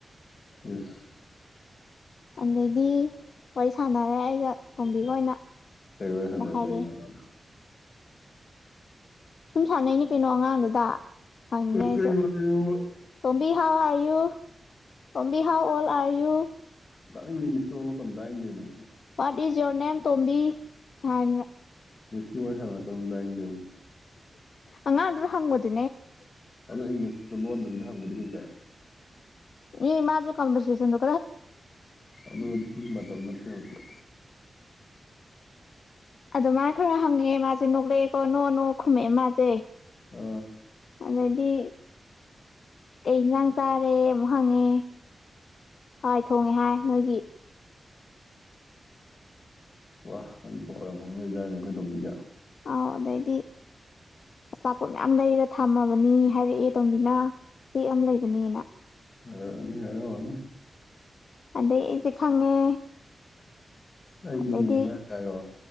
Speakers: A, on the left; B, on the left.
A: ꯏꯁ
B: ꯑꯗꯩꯗꯤ ꯋꯥꯔꯤ ꯁꯥꯟꯅꯔꯦ ꯑꯩꯒ ꯇꯣꯝꯕꯤꯒ ꯑꯣꯏꯅ
A: ꯀꯩ ꯋꯥꯔꯤ ꯁꯥꯅꯗꯣꯏꯕꯥ
B: ꯍꯥꯏꯔꯛꯑꯦ
A: ꯅꯪꯗꯤ ꯇꯣꯝꯕꯤꯒ <inaudible>
B: ꯁꯨꯝ ꯁꯥꯟꯅꯩꯅꯦ ꯀꯩꯅꯣ ꯑꯉꯥꯡꯗꯨꯗ ꯍꯪꯉꯤꯅꯦ ꯑꯩꯁꯨ
A: ꯀꯩ ꯋꯥꯔꯤꯅꯣꯕ
B: ꯇꯣꯝꯕꯤ ꯍꯥꯎ ꯑꯥꯔ ꯌꯨꯨ ꯇꯝꯕꯤ ꯍꯥꯎ ꯑꯣꯜ ꯑꯥꯔ ꯌꯨ
A: ꯇꯥꯅꯤꯡꯗꯦ ꯏꯪꯂꯤꯁꯀ ꯂꯣꯜꯂꯛꯀꯅꯨ ꯗꯥꯏꯅꯤꯡꯗꯦꯕ
B: ꯋꯥꯠ ꯏꯁ ꯌꯣꯔ ꯅꯦꯝ ꯇꯣꯝꯕꯤ ꯍꯥꯏꯅ
A: ꯀꯤ ꯁꯥꯟꯅꯔꯛꯀꯅꯣ ꯇꯥꯅꯤꯡꯗꯦꯃꯦ
B: ꯑꯉꯥꯡꯗꯨꯔ ꯍꯪꯕꯗꯨ
A: ꯑꯗꯣ ꯏꯪꯂꯤꯁꯇꯣ ꯂꯣꯟꯗꯕꯤꯅ ꯍꯪꯕꯗꯤ ꯀꯩꯀꯥꯏ
B: ꯃꯤ ꯃꯥꯁꯨ ꯀꯝꯕꯔꯁꯦꯁꯟꯗꯣ
A: ꯑꯗꯣ ꯗꯨꯏ ꯃꯇꯝ ꯅꯠꯇꯦ ꯍꯧꯖꯤꯛ
B: ꯑꯗꯃꯥꯏ ꯈꯔ ꯍꯪꯉꯑꯦ ꯃꯥꯁꯦ ꯅꯣꯛꯂꯛꯑꯦꯀꯣ ꯅꯣꯛ ꯅꯣꯛ ꯈꯨꯝꯃꯛꯑꯦ ꯃꯥꯁꯦ
A: ꯑ
B: ꯑꯗꯩꯗꯤ ꯀꯩ ꯏꯟꯖꯥꯡ ꯆꯥꯔꯦ ꯑꯃꯨꯛ ꯍꯪꯉꯦ ꯍꯋꯥꯏ ꯊꯣꯡꯉꯦ ꯍꯥꯏ ꯅꯣꯏꯒꯤ
A: ꯋꯥ ꯅꯪꯗꯤ ꯄꯥꯎ ꯌꯥꯝ ꯐꯥꯎꯅꯩꯖꯥꯅꯤꯅ ꯑꯩꯈꯣꯏ ꯇꯣꯝꯕꯤꯒ
B: ꯑꯥꯎ ꯑꯗꯩꯗꯤ ꯑꯆꯥꯄꯣꯠ ꯃꯌꯥꯝ ꯂꯩꯔ ꯊꯝꯃꯕꯅꯤ ꯍꯥꯏꯔꯛꯑꯦ ꯇꯣꯝꯕꯤꯅꯥ ꯄꯤ ꯑꯃ ꯂꯩꯕꯅꯦꯅ
A: ꯍꯥꯏꯔꯑꯝꯃꯅꯤ ꯍꯥꯏꯔꯑꯝꯃꯅꯤ
B: ꯑꯗꯩ ꯑꯩꯁꯦ ꯈꯪꯉꯦ
A: ꯑꯩꯒꯤꯅꯦꯅ
B: ꯑꯗꯩꯗꯤ
A: ꯀꯥꯏꯌꯣ